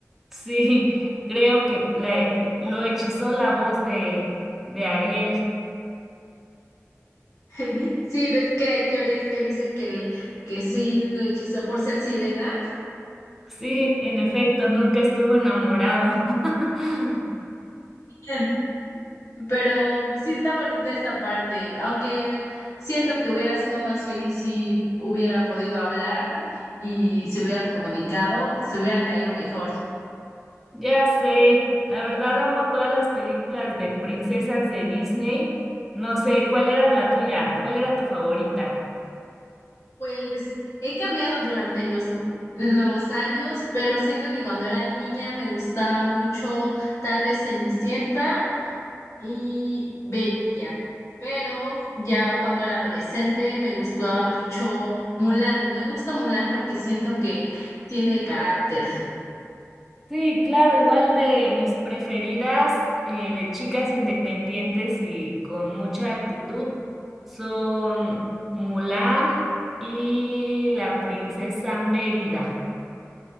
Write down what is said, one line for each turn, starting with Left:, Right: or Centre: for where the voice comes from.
Centre: Sí, creo que la he- lo hechizó la voz de, de Ariel.
Left: <laughs> Sí, ves que hay teorías que dicen que, el- que sí lo hechizó por ser sirena.
Centre: Sí, en efecto, nunca estuvo enamorado. <laughs>
Left: <laughs> Pero sí está bonita esa parte, aunque siento que hubiera sido más feliz si hubiera podido hablar y se hubieran comunicado, se hubieran caído mejor.
Centre: Ya sé, la verdad amo todas las películas de princesas de Disney. No sé, ¿cuál era la tuya? ¿Cuál era tu favorita?
Left: Pues he cambiado durante los, los años, pero siento que cuando era niña me gustaba mucho tal vez Cenicienta y Bella. Pero ya cuando era adolescente me gustaba mucho Mulan. Me gusta Mulan porque siento que tiene carácter.
Centre: Sí, claro, igual de mis preferidas eh, de chicas independientes y con mucha actitud son Mulan y la princesa Mérida.